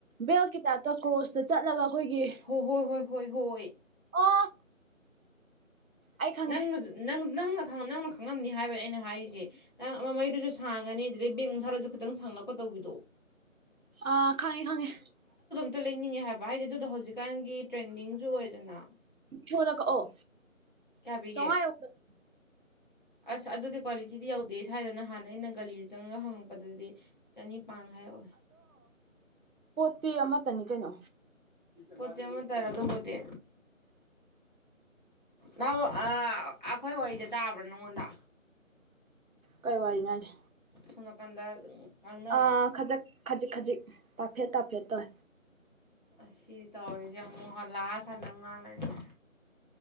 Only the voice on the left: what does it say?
ꯍꯣ ꯍꯣꯏ ꯍꯣꯏ ꯍꯣꯏ ꯍꯣꯏ
ꯅꯪꯅ ꯖꯨ ꯅꯪ ꯅꯪꯅ ꯈꯪꯉ ꯅꯪꯅ ꯈꯪꯉꯝꯅꯤ ꯍꯥꯏꯕꯩ ꯑꯩꯅ ꯍꯥꯏꯔꯤꯖꯦ ꯅꯪ ꯑꯣ ꯃꯔꯤꯗꯨꯁꯨ ꯁꯥꯡꯉꯅꯤ ꯑꯗꯨꯗꯩꯩ ꯕꯦꯛ ꯃꯁꯥꯗꯨꯁꯨ ꯈꯤꯇꯪ ꯁꯥꯡꯂꯞꯀ ꯇꯧꯕꯤꯗꯣ
ꯇꯨ ꯂꯩꯅꯤꯡꯉꯦ ꯍꯥꯏꯕ ꯍꯥꯏꯗꯤ ꯑꯗꯨꯗꯣ ꯍꯧꯖꯤꯛꯀꯥꯟꯒꯤ ꯇ꯭ꯔꯦꯟꯗꯤꯡꯁꯨ ꯑꯣꯏꯗꯅ
ꯀꯌꯥ ꯄꯤꯒꯦ
ꯑꯁ ꯑꯗꯨꯗꯤ ꯀ꯭ꯋꯥꯂꯤꯇꯤꯗꯤ ꯌꯧꯗꯦ ꯁꯥꯏꯗ ꯅꯍꯥꯟ ꯑꯩꯅ ꯒꯂꯤꯗ ꯆꯪꯉꯒ ꯍꯪꯉ ꯄꯗꯗꯤ ꯆꯅꯤꯄꯥꯟ ꯍꯥꯢꯍꯧꯋꯦ
ꯄꯣꯠꯇꯤ ꯑꯃꯠꯇꯔ ꯑꯗꯨꯕꯨꯗꯤ ꯅꯥꯎ ꯑ ꯑꯈꯣꯏ ꯋꯥꯔꯤꯁꯦ ꯇꯥꯕ꯭ꯔꯥ ꯅꯪꯉꯣꯟꯗ
ꯁꯣꯝ ꯅꯥꯀꯟꯗ ꯉꯥꯡꯅꯕ
ꯑꯁꯤ ꯇꯧꯔꯤꯁꯦ ꯑꯃꯨꯛ ꯍꯜ ꯂꯥꯛꯑ ꯁ꯭ꯋꯥꯢꯗ ꯑꯃꯨꯛ ꯉꯥꯡ ꯂꯩꯔꯦ